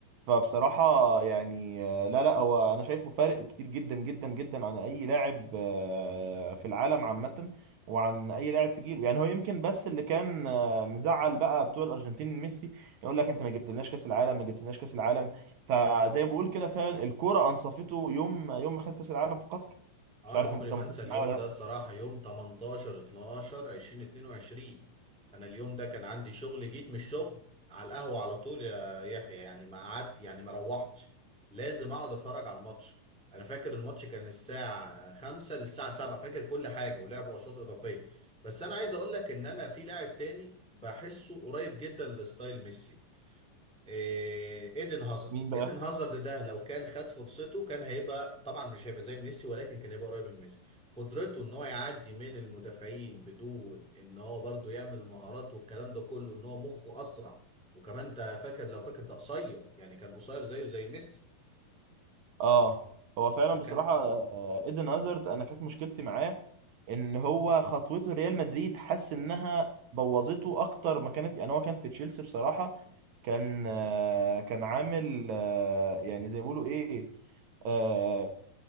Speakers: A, on the right (about 65°); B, in the centre.
A: فبصراحه يعني آه، لا لا هو انا شايفه فارق كتير جدا جدا جدا عن اي لاعب آه، في العالم عامه وعن اي لاعب في جيله يعني هو يمكن بس اللي كان آه، مزعل بقى بتوع الارجنتين ميسي يقول لك انت ما جبتلناش كاس العالم ما جبتلناش كاس العالم فزي ما بقول كده فعلا الكوره انصفته يوم يوم ما خد كاس العالم في قطر
B: آه،
A: مش
B: انا
A: عارف
B: عمري
A: انت
B: ما
A: متفق
B: انسى اليوم
A: معايا ولا لا
B: ده الصراحه يوم 18 12 2022 انا اليوم ده كان عندي شغل جيت من الشغل على القهوه على طول يا يحيى يعني ما قعدت يعني ما روحتش لازم اقعد اتفرج على الماتش انا فاكر الماتش كان الساعه 5 للساعه 7 فاكر كل حاجه ولعبوا اشواط اضافيه بس انا عايز اقول لك ان انا في لاعب تاني بحسه قريب جدا لستايل ميسي إيه، ايدن هازارد
A: مين بقى
B: ايدن هازارد ده لو كان خد فرصته كان هيبقى طبعا مش هيبقى زي ميسي ولكن كان هيبقى قريب من ميسي قدرته ان هو يعدي من المدافعين بدون ان هو برضو يعمل مهارات والكلام ده كله ان هو مخه اسرع وكمان انت فاكر لو فاكر ده قصير يعني كان قصير زيه زي ميسي
A: اه هو فعلا
B: فك...
A: بصراحه آه، ايدن هازارد انا كانت مشكلتي معاه ان هو خطوته ريال مدريد حاسس انها بوظته اكتر ما كانت يعني هو كان في تشيلسي بصراحه كان آه، كان عامل آه، يعني زي ما بيقولوا ايه آه،